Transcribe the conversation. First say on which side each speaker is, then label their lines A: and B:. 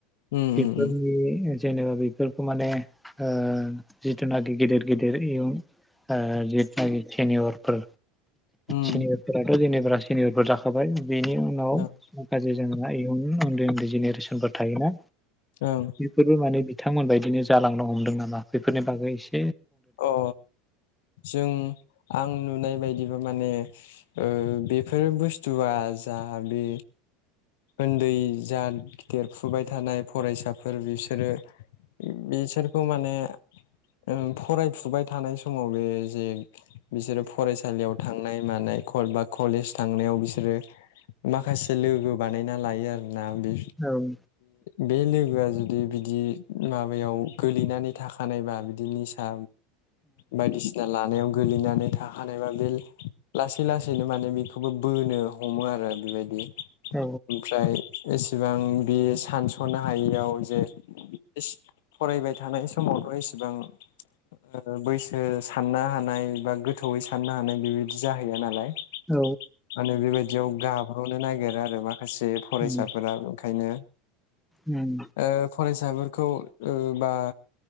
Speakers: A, on the left (about 70°); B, in the centre.
A: उम
B: बेफोरनि
A: उम उम
B: जेनेबा बेफोरखौ माने ओ जिथुनाखि गेदिर गेदिर इयुन ओ जिथुनाखि सेनियरफोर
A: उम
B: सेनियरफोराथ' जेनेब‌ फोरा सेनियरफोर जाखाबाय उम। बेनि उनाव
A: ओं
B: माखासे जोंहा इयुन ओन बे ओन्दै जेनेरेसन फोरबो थायोना।
A: ओं
B: बेफोरबो माने बिथांमोनबाय दिनो जालांनो हमदों नामा बेफोरनि बागै इसे
A: अ जों आं नुनाय बायदिबा माने ओ बेफोर बुस्थुआ जा बे ओन्दै जा देरफुबाय थानाय फरायसाफोर बिसोरो बिसोरखौ माने ओ फरायफुबाय थानाय समाव बे जे बिसोरो फरायसालियाव थांनाय मानाय कल बा कलेज थांनायाव बिसोरो माखासे लोगो बानायना लायो आर ना बे
B: औ उम
A: बे लोगोआ जु दि बिदि माबायाव गोलैनानै थाखानायबा बि दि निसा बायदिसिना लानायाव गोलैनानै थाखानायबा बे लासै लासैनो माने बेखौबो बोनो हमो आरो बेबायदि।
B: औ
A: ओमफ्राय एस सेबां बे सानस'नो हायैयाव जे इस फरायबाय थानाय समावथ' एसेबां ओ बैसो साननो हानाय बा गोथौयै साननो हानाय बेबायदि जाहैया नालाय
B: औ
A: माने बेबायदियाव गाब्रनो नागिर ओ आरो बा खासे फरायसाफोरा
B: उम
A: ओंखायनो
B: उम
A: ओ कलेज साफोरखौ ओ बा